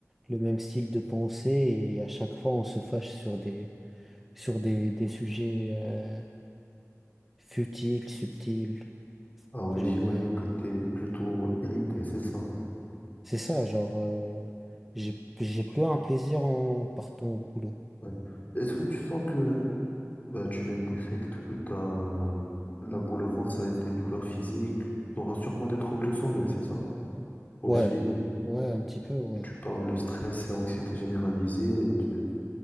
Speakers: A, in the centre; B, on the left.
A: le même style de pensée et à chaque fois on se fâche sur des, sur des, des sujets, euh, futiles, subtils.
B: Ah ouais,
A: Genre,
B: j'imagine
A: et, euh,
B: que tu es
A: bon.
B: plutôt irrité, c'est ça.
A: c'est ça, genre, euh, j'ai, j'ai plus un plaisir en partant au boulot.
B: Ouais. Est-ce que tu sens que bah, tu viens de décrire que t'as la boule au ventre, ça a été douleur physique, tu auras sûrement des troubles de sommeil, c'est ça? Aussi,
A: Ouais, oh, ouais, un petit peu, ouais.
B: et tu parles de stress et anxiété généralisée. Et, de-